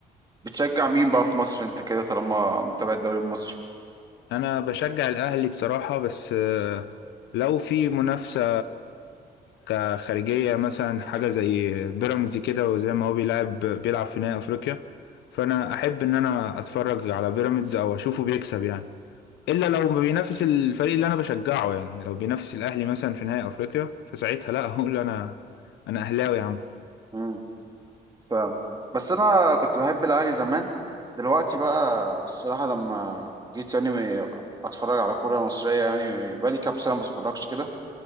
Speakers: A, on the right (about 20°); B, on the left (about 75°).
A: بتشجع مين بقى في مصر انت كده طالما متابع الدوري المصري
B: انا بشجع الاهلي بصراحة بس آه، لو في منافسة كخارجية مثلا حاجة زي بيراميدز كده وزي ما هو بيلعب بيلعب في نهائي افريقيا فانا احب ان انا اتفرج على بيراميدز او اشوفه بيكسب يعني الا لو ما بينافس الفريق اللي انا بشجعه يعني لو بينافس الاهلي مثلا في نهائي افريقيا فساعتها لا هقول انا انا اهلاوي يا عم
A: امم فعلا بس انا كنت بحب الاهلي زمان دلوقتي بقى الصراحة لما جيت يعني م- اتفرج على كرة مصرية يعني بقالي كام سنة ما بتفرجش كده